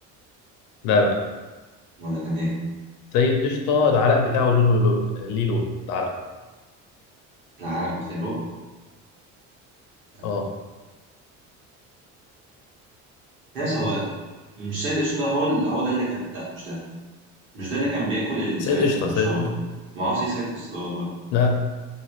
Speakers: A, on the left; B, on the right.
A: لا لا
B: ولا كان ايه؟
A: سيد قشطة العرق بتاعه لونه لو... ليه لون العرق
B: العرق بتاعه آه.
A: اه
B: ناس هو مش سيد قشطة ده هو ال- هو ده اللي كان لا مش ده مش ده اللي كان بياكل السبانخ
A: سيد قشطة
B: لما
A: سيد
B: شوى ما اعرفش ايه سيد قشطة ده والله
A: لا